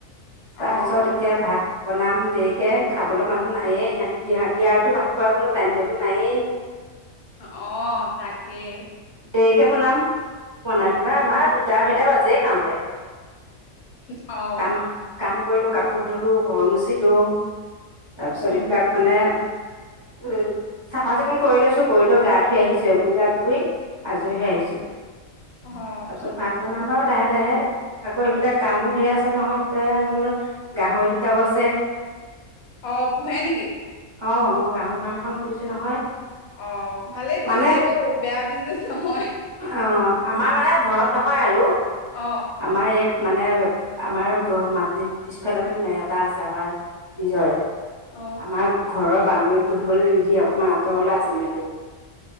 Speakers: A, on the left; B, on the right.
A: অ',
B: তাৰপিছত এতিয়া ভাত বনাম দেৰিকে খাবলৈ মানুহ নায়ে ইহত ইয়াৰতো ভাত খোৱাৰ কোনো টাইম টেবুল নাইেই।
A: অঁহ তাকে।
B: দেৰিকে বনাম বনাই পেলাই আমাৰ দুটা আঢ়ৈটা বাজেই খাওঁতে।
A: হুম অঁহ।
B: কাম কাম কৰিলো, কাপোৰ ধুলো, ঘৰ মুচিলো। তাৰপিছত
A: উম,
B: এইবিলাক মানে উম চাফা চিকুণ কৰি লৈছো কৰি লৈ গা ধুই আহিছো মোৰ গা ধুই। আজৰি হৈ আহিছো।
A: অ',
B: তাৰপিছত ভাত বনাম আৰু লাহে-লাহে আকৌ এইফালে কামো ঢেৰ আছে নহয় এইফালে মোৰ গাহৰি দুটাও আছে।
A: অ', পোহে নেকি?
B: অ, মই গাহৰি ফাৰ্ম এখন খুলিছো নহয়।
A: অ ভালেই
B: মানে
A: কৰিছে এইটো বেয়া বি বি নহয়
B: অঁ আমাৰ মানে ঘৰত নহয় আৰু।
A: অ
B: আমাৰ এই মানে আমাৰ গ মাত পিছফালে মা মে এটা আছে আমাৰ নিজৰে।
A: অ
B: আমাৰ ঘৰৰ বাউণ্ডৰীত পুহিবলৈ নিদিয়ে অকণমান আঁতৰলৈ আছে মেৰটো।